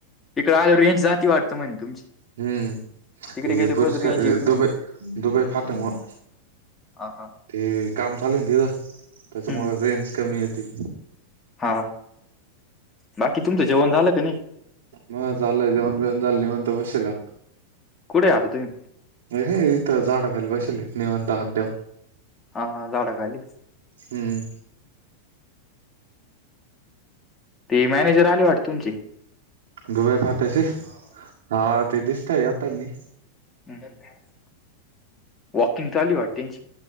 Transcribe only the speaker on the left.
तिकड आल्यावर रेंज जाते वाटतं म्हणे तुमची.
तिकडे
गेले
परत रेंज
येते म्हणे
हा हा.
हम्म
हा बाकी तुमचं जेवण झालं क नाही?
कुेठेय आता तूम्ही?
हा ह झाडा खाली.
ते मॅनेजर आले वाट तुमची.
ह <unintelligible> वॊकिंग चालू वाट त्यांची.